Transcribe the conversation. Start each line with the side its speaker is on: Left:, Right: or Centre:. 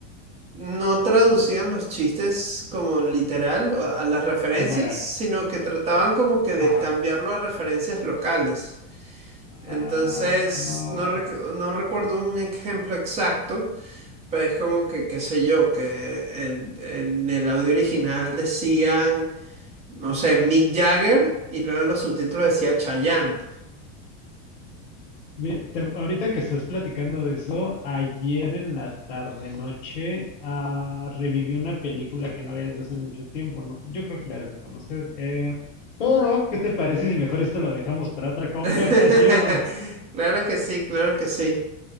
Right: no traducían los chistes como literal o a las referencias,
Left: como eran.
Right: sino que trataban como que de
Left: Ajá.
Right: cambiarlo a referencias locales. Entonces,
Left: Ah, no.
Right: no, rec- no recuerdo un ejemplo exacto Pero es como que, qué sé yo, que el- en el audio original decían, no sé, Mick Jagger y luego en los subtítulos decía Chayanne.
Left: Mira, te- ahorita que estás platicando de eso, ayer en la tarde-noche ah, reviví una película que no había desde hace mucho tiempo, ¿no? Yo creo que la debes de conocer. Eh, pero, ¿qué te parece si mejor esto lo dejamos para otra conversación?
Right: <laughs> Claro que sí, claro que sí.